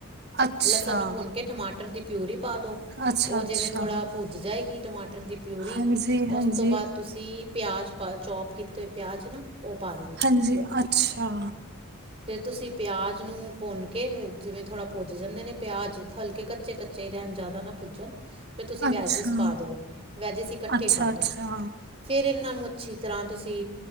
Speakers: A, on the right; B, on the right.
A: ਅੱਛਾ
B: ਲਸਨ ਨੂੰ ਭੁੰਨ ਕੇ ਟਮਾਟਰ ਦੀ ਪਿਊਰੀ ਪਾ ਦੋ
A: ਅੱਛਾ-ਅੱਛਾ,
B: ਉਹ ਜਿਵੇਂ ਥੋੜਾ ਭੁੱਜ ਜਾਏਗੀ ਟਮਾਟਰ ਦੀ ਪਿਊਰੀ
A: ਹਾਂਜੀ-ਹਾਂਜੀ,
B: ਉਸ ਤੋਂ ਬਾਅਦ
A: ਹਾਂਜੀ
B: ਤੁਸੀਂ ਪਿਆਜ ਚੋਪ ਕੀਤੇ ਪਿਆਜ਼ ਨਾ ਉਹ ਪਾ
A: ਹਾਂਜੀ ਅੱਛਾ
B: ਫਰ ਤੁਸੀਂ ਪਿਆਜ ਨੂੰ ਭੁੰਨ ਕੇ ਜਿਵੇਂ ਥੋੜ੍ਹਾ ਭੁਜ ਜਾਂਦੇ ਨੇ ਪਿਆਜ ਹਲਕੇ ਕੱਚੇ ਕੱਚੇ ਰੈਹਨ ਜਿਆਦਾ ਨਾ ਪੁੱਜਨ ਫਿਰ ਤੁਸੀਂ
A: ਅੱਛਾ,
B: ਵੈਜਿਸ ਪਾ ਦੋ ਵੈਜਿਸ ਇਕਠੇ
A: ਅੱਛਾ-ਅੱਛਾ,
B: ਪਾ ਦੋ ਫੇਰ ਇਹਨਾਂ ਨੂੰ ਅੱਛੀ ਤਰ੍ਹਾਂ ਤੁਸੀਂ